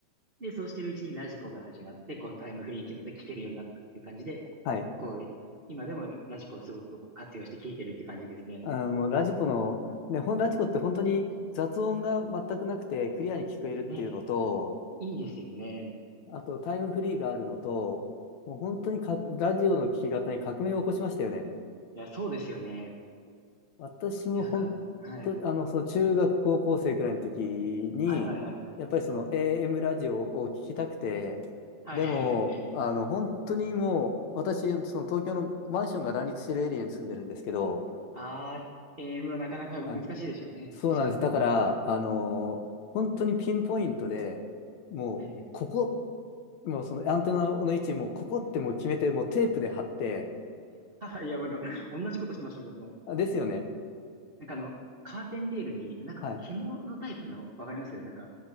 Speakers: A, on the right; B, on the left.
A: で、そうしてるうちにラジコが始まって、こうタイムフリー機能で聞けるようになったっていう感じで、
B: はい。
A: こう、今でもラジコをすごくこう活用して聞いてるって感じですね。
B: あー、もうラジコの、ね、ほん、ラジコって本当に雑音が全くなくてクリアに聞こえるっていうのと、
A: ね、いいですよね。
B: あとタイムフリーがあるのと、もう本当にか、ラジオの聞き方に革命を起こしましたよね。
A: いや、そうですよね。
B: 私も本当、
A: いや、なんかあの、はい。
B: あの、その中学、高校生くらいの時に、
A: はいはいはいはい。
B: やっぱりその AM ラジオを聞きたくて、
A: はいはいはい。
B: でも、あの、本当にもう、私、その東京のマンションが乱立してるエリアに住んでるんですけど、
A: あー、a ムはなかなか難しいでしょうね。
B: あ、そうなんです。だから、あの、本当にピンポイントで、もう、
A: はいはいは
B: ここ、もうそのアンテナの位置、もうここってもう決めて、もうテープで貼って、
A: い。<laughs> いや、もうでも、同じことしてました、僕も。
B: あですよね。
A: なんかあの、カーテンレールに、なんかこう、
B: はい。
A: 紐のタイプの、わかりますなんか、